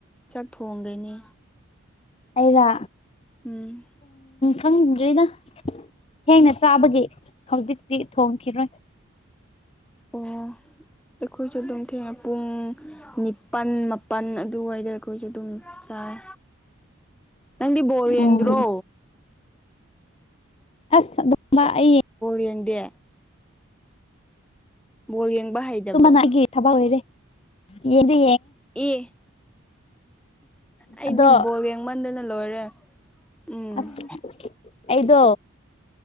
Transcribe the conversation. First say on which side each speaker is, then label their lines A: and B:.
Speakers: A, in the centre; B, on the left.
A: ꯆꯥꯛ ꯊꯣꯡꯒꯣꯏꯅꯤ
B: ꯑꯩꯔ
A: ꯎꯝ
B: ꯈꯪꯗ꯭ꯔꯦꯗ ꯊꯦꯡꯅ ꯆꯥꯕꯒꯤ ꯍꯧꯖꯤꯛꯇꯤ ꯊꯣꯡꯈꯤꯔꯣꯏ
A: ꯑꯣ ꯑꯩꯈꯣꯏꯁꯨ ꯑꯗꯨꯝ ꯊꯦꯡꯅ ꯄꯨꯡ ꯅꯤꯄꯥꯜ ꯃꯥꯄꯜ ꯑꯗꯨꯋꯥꯏꯗ ꯈ‌ꯣꯏꯁꯨ ꯑꯗꯨꯝ ꯆꯥꯏ ꯅꯪꯗꯤ ꯕꯣꯔ ꯌꯦꯡꯗ꯭ꯔꯣ
B: ꯎꯝ ꯑꯁ ꯑꯗꯨꯝꯕ ꯑꯩ
A: ꯌꯦꯒꯦ ꯌꯦꯡꯕ ꯍꯩꯇꯕ꯭ꯔꯣ
B: ꯇꯨꯃ ꯅ ꯊꯕ ꯑꯣꯏꯣꯏꯔꯦ ꯌꯦꯗꯤ
A: ꯑꯦ ꯑꯩꯗꯤ
B: ꯑꯗꯣ
A: ꯕꯣꯜ ꯌꯦꯡꯃꯟꯗꯅ ꯂꯣꯏꯔꯦ ꯎꯝ
B: ꯑꯁ ꯑꯩꯗꯣ